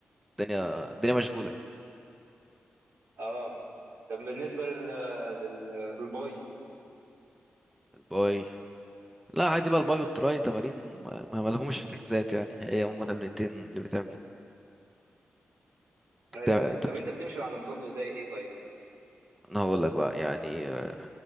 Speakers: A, in the centre; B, on the right.
A: الدنيا الدنيا مشغولة
B: اه طب بالنسبه لل لل للباي
A: الباي لا عادي بقى الباي والتراي تمارين ما ما لهمش في تكزات يعني هي هما تمرينتين اللي بتعمل
B: ايوه
A: بتاع-
B: ايوه
A: طب
B: طب انت بتمشي على نظام غذائي ايه طيب
A: انا هقول لك بقى يعني آه،